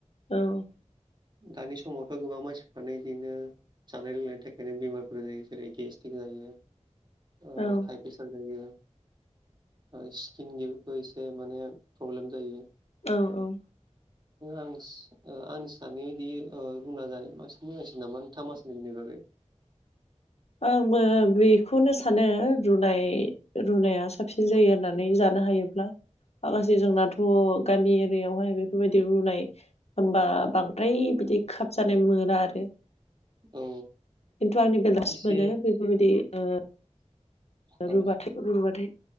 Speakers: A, on the left (about 60°); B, on the right (about 35°).
A: औ
B: दानि समावथ' गोबां मानसिफ्रानो बिदिनो जानाय लोंनायनि थाखायनो बेमार, जेरै गेस्टिक जायो ओ
A: औ
B: प्रेसार जायो स्किन गेबो एसे माने प्रब्लेम जायो।
A: औ औ
B: आं आंसानोदि ओ रुना जानाय बांसिन मोजांसिन नामा थामासनिनि बागै,
A: आंबो बेखौनो सानो रुनाय रुनाया साबसिन जायो आरो होननानै जानो हायोब्ला आगासे जोंनाथ' गामि एरियायावहाय बेफोरबायदि रुनाय, होमबा बांद्राय बिदि खाब जानाय मोना आरो
B: औ
A: खिन्थु आंनि बेलासि
B: एसे
A: मानो बेफोरबायदि ओ,
B: औ
A: रुबाथाय रुबाथाय